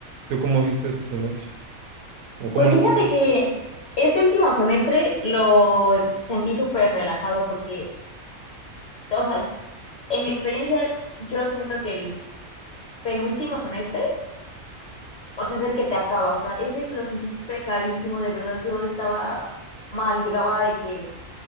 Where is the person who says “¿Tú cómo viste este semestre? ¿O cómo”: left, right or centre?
Right